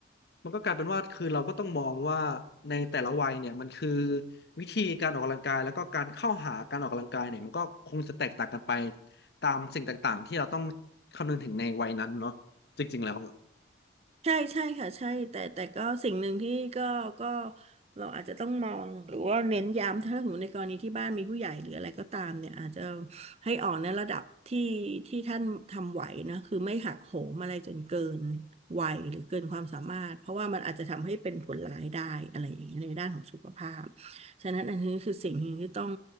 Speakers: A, on the left; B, on the right.
A: มันก็กลายเป็นว่าคือเราก็ต้องมองว่าในแต่ละวัยเนี่ยมันคือวิธีการออกกำลังกายแล้วก็การเข้าหาการออกกำลังกายเนี่ยมันก็คงจะแตกต่างกันไปตามสิ่งต่างๆที่เราต้องคำนึงถึงในวัยนั้นเนาะจริงๆแล้วอะ
B: ใช่ใช่ค่ะใช่แต่แต่ก็สิ่งหนึ่งที่ก็ก็เราอาจจะต้องมองหรือว่าเน้นย้ำถ้าสมมติในกรณีที่บ้านมีผู้ใหญ่หรืออะไรก็ตามเนี่ยอาจจะให้ออกในระดับที่ที่ท่านทำไหวนะคือไม่หักโหมอะไรจนเกินวัยหรือเกินความสามารถเพราะว่ามันอาจจะทำให้เป็นผลร้ายได้อะไรอย่างเงี้ยในด้านของสุขภาพ ฉะนั้นอันนี้คือสิ่งหนึ่งที่ต้อง